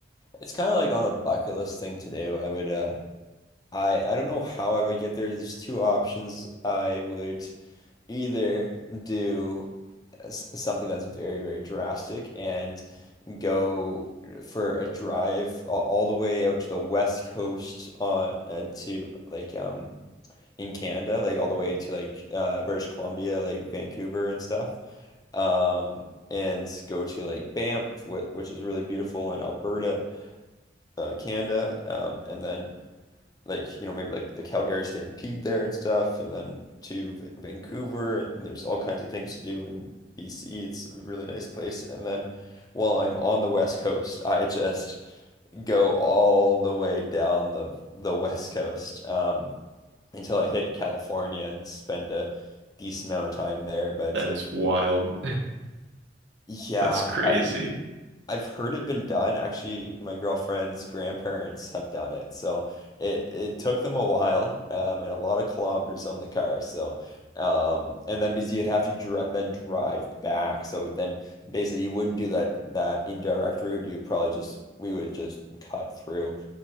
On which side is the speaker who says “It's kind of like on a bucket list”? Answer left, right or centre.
Left